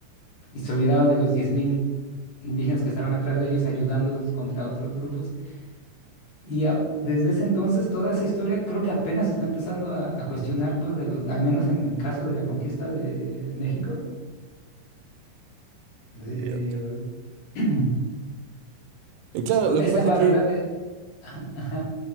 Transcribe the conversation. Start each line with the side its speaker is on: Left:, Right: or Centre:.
Left: y se olvidaban de los 10.000 indígenas que estaban atrás de ellos ayudándolos contra otros grupos. Y a- desde ese entonces toda esa historia creo que apenas se está empezando a, a cuestionar, pues, de los, al menos en el caso de la conquista de México, de,
Right: Eh,
Left: <clears throat> es
Right: claro,
Left: cu-
Right: lo
Left: esa
Right: que pasa
Left: barrera
Right: es que,
Left: de, ajá, ajá,